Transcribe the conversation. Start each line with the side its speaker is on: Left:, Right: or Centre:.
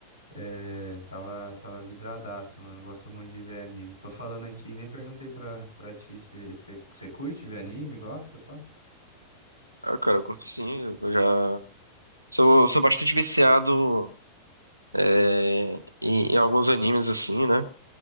Left: É, tava, tava vidradaço, mano. Gosto muito de ver anime. Tô falando aqui, nem perguntei pra, pra ti, você curte ver anime? Gosta, pá?
Right: Ah, cara, eu curto sim, eu já... Sou, sou bastante viciado é, em, em alguns animes, assim, né?